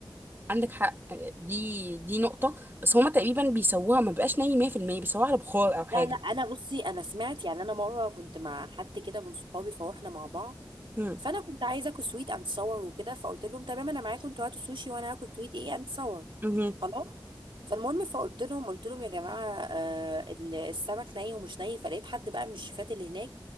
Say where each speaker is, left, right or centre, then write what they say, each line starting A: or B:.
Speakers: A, on the right; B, on the right.
A: عندك حق آه، دي دي نقطة بس هما تقريبا بيسووها ما بقاش ني 100% بيسووها على بخار أو حاجة
B: لا لا انا بصي انا سمعت يعني انا مره كنت مع حد كده من صحابي فروحنا مع بعض
A: مم.
B: فانا كنت عايزه اكل سويت اند صور وكده فقلت لهم تمام انا معاكم انتوا هاتوا سوشي وانا هاكل سويت ايه اند صور
A: مهم.
B: خلاص فالمهم فقلت لهم قلت لهم يا جماعه آه ال- السمك ني ومش ني فلقيت حد بقى من الشيفات اللي هناك